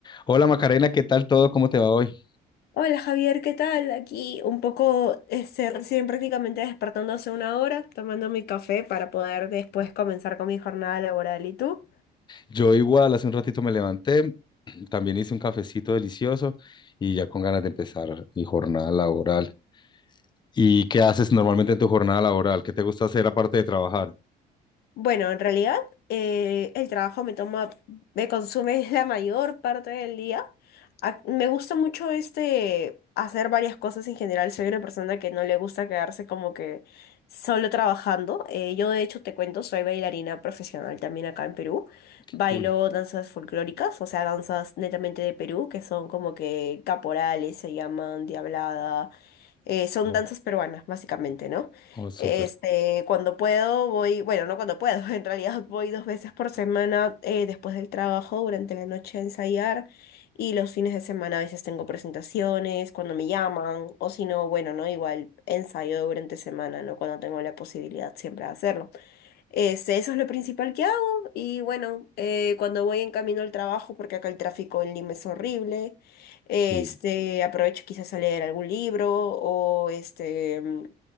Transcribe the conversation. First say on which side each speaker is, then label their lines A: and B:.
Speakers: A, on the left (about 25°); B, on the left (about 70°).
A: Hola Macarena, ¿qué tal todo? ¿Cómo te va hoy?
B: Hola Javier, ¿qué tal? Aquí un poco, este, recién prácticamente despertando hace una hora, tomando mi café para poder después comenzar con mi jornada laboral. ¿Y tú?
A: Yo igual, hace un ratito me levanté, <clears throat> también hice un cafecito delicioso y ya con ganas de empezar mi jornada laboral. ¿Y qué haces normalmente en tu jornada laboral? ¿Qué te gusta hacer aparte de trabajar?
B: Bueno, en realidad eh, el trabajo me toma, me consume <laughs> la mayor parte del día. Ac- me gusta mucho este hacer varias cosas en general. Soy una persona que no le gusta quedarse como que solo trabajando. Eh, yo de hecho te cuento, soy bailarina profesional también acá en Perú.
A: Qué
B: Bailo
A: cool.
B: danzas folclóricas, o sea, danzas netamente de Perú, que son como que caporales, se llaman diablada eh, son
A: Oh,
B: danzas peruanas, básicamente, ¿no?
A: oh, súper.
B: Este, cuando puedo voy, bueno, no cuando puedo, <laughs> en realidad voy dos veces por semana eh, después del trabajo, durante la noche a ensayar y los fines de semana a veces tengo presentaciones, cuando me llaman o si no, bueno, ¿no? Igual ensayo durante semana, ¿no? Cuando tengo la posibilidad siempre de hacerlo. Ese- eso es lo principal que hago y bueno, eh, cuando voy en camino al trabajo, porque acá el tráfico en Lima es horrible, este,
A: Sí.
B: aprovecho quizás a leer algún libro o este, mm,